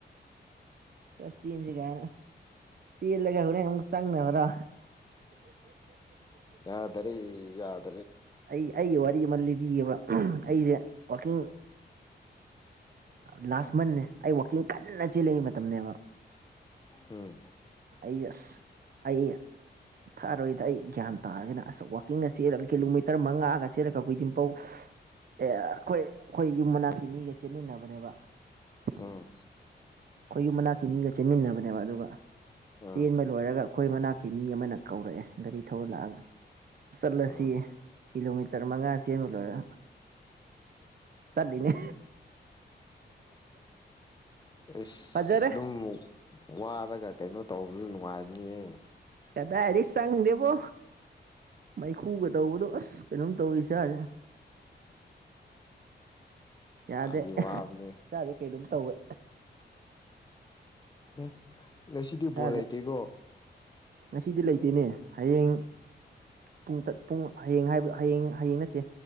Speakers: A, on the right; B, on the left.
A: ꯈ ꯆꯦꯟꯁꯤ ꯀꯥꯏꯅ ꯆꯦꯜꯂꯒ ꯍꯣꯔꯦꯟ ꯑꯃꯨꯛ ꯆꯪꯅꯕ꯭ꯔꯥ
B: ꯌꯥꯗꯔꯤ ꯌꯥꯗ
A: ꯑꯩ ꯑꯩꯒꯤ ꯋꯥꯔꯤ ꯑꯃ ꯂꯤꯕꯤꯕ ꯑꯩꯁꯦ ꯋꯥꯋꯥꯛꯀꯤꯡ ꯂꯥꯁ ꯃꯟꯦ ꯑꯩ ꯋꯥꯛꯀꯤꯡ ꯀꯟꯅ ꯆꯦꯜꯜꯂꯤꯛ ꯃꯇꯝꯅꯦꯕ
B: ꯎꯝ
A: ꯑꯁ ꯑ ꯊꯛꯑꯔꯣꯏꯗ ꯑꯩ ꯒ꯭ꯌꯥꯟ ꯇꯥꯔꯒꯅ ꯑꯁ ꯋꯥꯛꯀꯤꯡꯒ ꯆꯦꯜꯂꯒ ꯀꯤꯂꯣꯃꯤꯇꯔ ꯃꯉꯥꯒ ꯆꯦꯜꯂꯒ ꯀꯈꯏꯗꯤꯝꯄꯧ ꯑꯦ ꯑꯩꯈꯣꯏ ꯑꯩꯈꯣꯏ ꯌꯨꯝ ꯃꯅꯥꯛꯀꯤ ꯃꯤꯒ ꯆꯦꯟꯃꯤꯟꯅꯕꯅꯦꯕ ꯑꯩꯈꯣꯏ
B: ꯎꯝ
A: ꯌꯨꯝ ꯃꯅꯥꯛꯀꯤ ꯃꯤꯒ ꯆꯦꯟꯃꯤꯟꯅꯕꯅꯦꯕ ꯑꯗꯨꯒ
B: ꯎꯝ
A: ꯆꯦꯟꯕ ꯂꯣꯏꯔꯒ ꯑꯩꯈꯣꯏ ꯃꯅꯥꯛꯀꯤ ꯃꯤ ꯑꯃꯅ ꯀꯧꯔꯛꯑꯦ ꯒꯥꯔꯤ ꯊꯧꯔꯂꯛꯑꯒ ꯆꯠꯂꯁꯤ
B: ꯎꯝ
A: ꯀꯤꯂꯣꯃꯤꯇꯔ ꯃꯉꯥ ꯆꯦꯟꯕ ꯂꯣꯏꯔ ꯆꯠꯂꯤꯅꯦ
B: ꯑꯩꯁ
A: ꯐꯖꯔꯦ
B: ꯑꯗꯨꯝ ꯋꯥꯔꯒ ꯀꯩꯅꯣ ꯇꯧꯕꯁꯨ ꯅꯨꯡꯉꯥꯏꯕꯅꯤꯌꯦ
A: ꯀꯗꯥꯏꯗꯩ ꯆꯪꯗꯦꯕꯣ ꯃꯩꯈꯨꯒ ꯇꯧꯕꯗꯣ ꯑꯁ ꯀꯩꯅꯣꯝ ꯇꯧꯋꯤ ꯏꯁꯥꯁꯦ ꯌꯥꯗꯦ
B: ꯋꯥꯗꯤ ꯋꯥꯕꯅꯦ
A: ꯆꯥꯁꯦ ꯀꯩꯅꯣꯝ ꯇꯧꯋꯦ
B: ꯑꯦ ꯉꯁꯤꯗꯤ
A: ꯏꯁꯥꯁꯦ
B: ꯕꯣꯜ ꯂꯩꯇꯦꯀꯣ
A: ꯉꯁꯤꯗꯤ ꯂꯩꯇꯦꯅꯦ ꯍꯌꯦꯡ ꯄꯨꯡ ꯄꯨꯡ ꯍꯌꯦꯡ ꯍꯥꯏꯕ ꯍꯌꯦꯡ ꯍꯌꯦꯡ ꯅꯠꯇꯦ